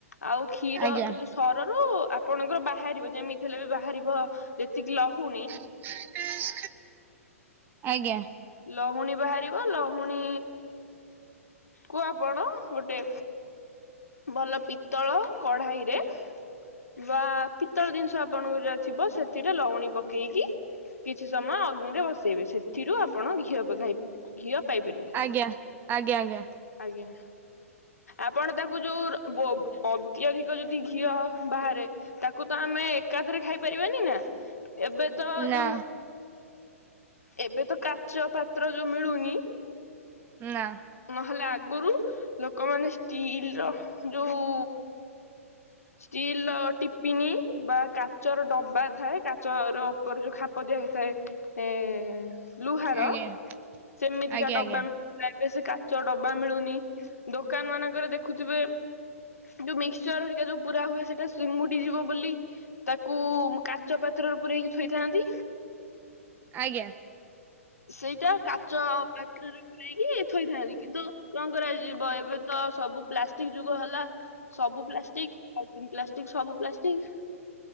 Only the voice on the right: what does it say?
ଆଜ୍ଞା
ହଁ ଆଜ୍ଞା।
ଆଜ୍ଞା ଆଜ୍ଞା
ନା
ନାଁ।
ଆଜ୍ଞା
ଆଜ୍ଞା
ଆଜ୍ଞା
ଆଜ୍ଞା